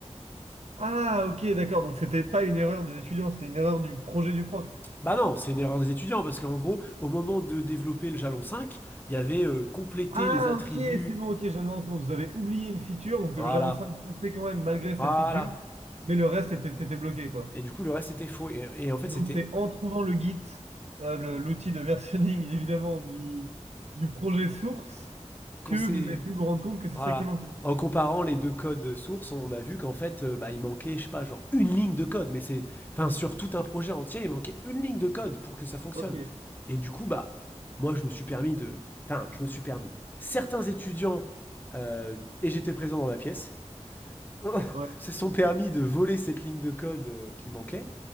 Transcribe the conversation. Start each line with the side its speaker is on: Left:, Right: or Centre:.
Right: Ah, ok, d'accord. Donc c'était pas une erreur des étudiants, c'était une erreur du projet du prof.
Left: Bah non, c'est une erreur des étudiants, parce qu'en gros, au moment de développer le jalon 5, il y avait euh, complété
Right: Ah,
Left: les attributs.
Right: ok, c'est bon, ok, je viens de me rends compte. Vous avez oublié une feature, donc
Left: Voilà,
Right: le Java 5 passait quand même malgré cette
Left: voilà,
Right: feature, mais le reste était, était bloqué, quoi.
Left: Et du coup, le reste était faux. Et, et en fait,
Right: Et
Left: c'était
Right: donc c'est en trouvant le Git, euh, le- l'outil de versionning, <laughs> évidemment, du, du projet source,
Left: quand
Right: que
Left: c'est
Right: vous avez pu vous rendre compte que c'est
Left: voilà.
Right: ça qui manquait.
Left: En comparant les deux codes sources, on a vu qu'en fait, euh, bah, il manquait, je sais pas, genre une ligne de code. Mais c'est, enfin, sur tout un projet entier, il manquait une ligne de code pour que ça fonctionne.
Right: Ok,
Left: Et du coup, bah, moi, je me suis permis de, enfin, je me suis permis. Certains étudiants euh, et j'étais présent dans la pièce <laughs>
Right: ouais.
Left: se sont permis de voler cette ligne de code euh, qui manquait.